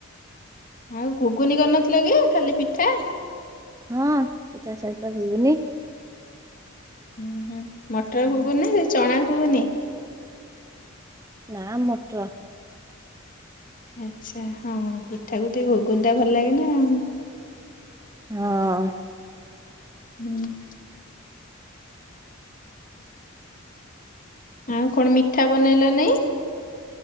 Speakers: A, on the left (about 40°); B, on the right (about 15°).
A: ଆଉ ଘୁଗୁନି କରିନଥିଲ କି ଖାଲି ପିଠା?
B: ହଁ ପିଠା ସହିତ ଘୁଗୁନି।
A: ଉୁଁ ହୁଁ ମଟର ଘୁଗୁନି ନା ସେ ଚଣା ଘୁଗୁନି?
B: ନାଁ ମଟ
A: ଆଚ୍ଛା ହଁ ପିଠାକୁ ଟିକେ ଘୁଗୁନି ଭଲ ଲାଗେ ନା ଆଉ।
B: ହଁ।
A: ହୁଁ। ଆଉ କଣ ମିଠା ବନେଇଲ ନି?